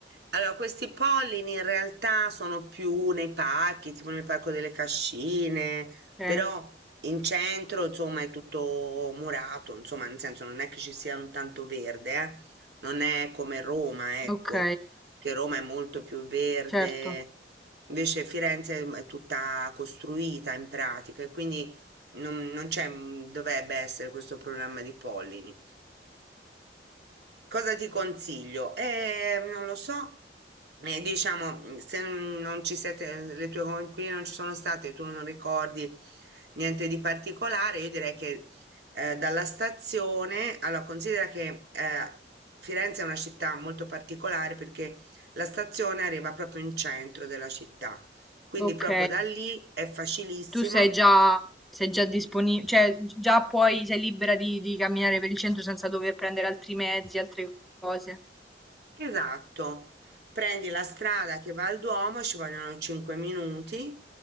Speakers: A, on the right (about 70°); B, in the centre.
A: allora questi pollini in realtà sono più nei parchi, tipo nel parco delle Cascine,
B: Ok,
A: però in centro insomma è tutto murato, insomma nel senso non è che ci sia un tanto verde, eh. Non è come Roma, ecco,
B: ok,
A: che Roma è molto più verde,
B: certo.
A: invece Firenze è tutta costruita in pratica e quindi non, non c'è, mm, dovrebbe essere questo problema di pollini. Cosa ti consiglio? Eh, non lo so, eh, diciamo, mm, se non ci siete, le tue coinquiline non ci sono state, tu non ricordi niente di particolare, io direi che eh, dalla stazione, allora considera che eh, Firenze è una città molto particolare perché la stazione arriva proprio in centro della città, quindi
B: Ok,
A: proprio da lì è facilissimo
B: tu sei già, sei già disponibile, cioè già puoi, sei libera di, di camminare per il centro senza dover prendere altri mezzi, altre cose.
A: Esatto, prendi la strada che va al Duomo, ci vogliono 5 minuti,